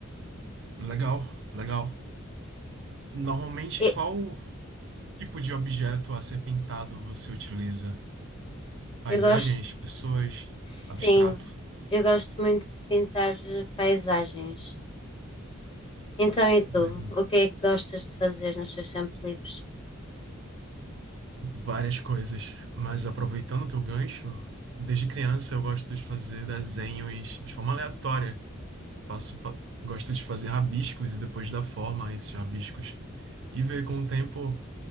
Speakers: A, on the right; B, on the left.
A: Legal, legal. Normalmente,
B: E-
A: qual tipo de objeto a ser pintado você utiliza? Paisagens,
B: Eu gosto,
A: pessoas,
B: sim,
A: abstrato?
B: eu gosto muito de pintar eh, paisagens. Então, e tu?
A: Legal.
B: O que é que gostas de fazer nos teus tempos livres?
A: Várias coisas. Mas aproveitando o teu gancho, desde criança eu gosto de fazer desenhos de forma aleatória. Faço, fa- gosto de fazer rabiscos e depois dar forma a esses rabiscos. E ver com o tempo